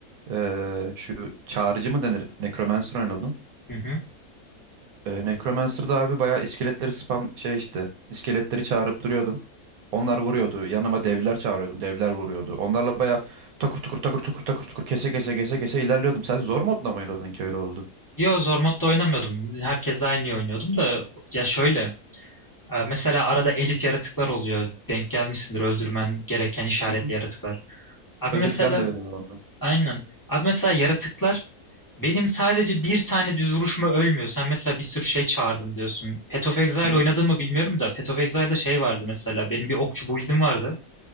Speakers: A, on the right; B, on the left.
A: eee, şu çağrıcı mı denir? Necromancer oynadım.
B: Hı hı.
A: Eee Necromancer'da abi bayağı iskeletleri spam şey işte. iskeletleri çağırıp duruyordum. Onlar vuruyordu. Yanıma devler çağırıyordum. Devler vuruyordu. Onlarla bayağı takır tukur takır tukur takır tukur kese kese kese kese ilerliyordum. Sen zor modda mı oynadın ki öyle oldu?
B: Yo zor modda oynamıyordum. Herkesle aynı oynuyordum da ya şöyle e, mesela arada elit yaratıklar oluyor. Denk gelmişsindir öldürmen gereken işaretli
A: Hı hı.
B: yaratıklar. Abi
A: Ödül
B: mesela
A: falan da veriyorlar ona.
B: aynen. Abi mesela yaratıklar benim sadece bir tane düz vuruşma ölmüyor. Sen mesela bir sürü şey çağırdım diyorsun. Path of Exile
A: Hı hı.
B: oynadın mı bilmiyorum da Path of Exile'da şey vardı mesela. Benim bir okçu build'im vardı.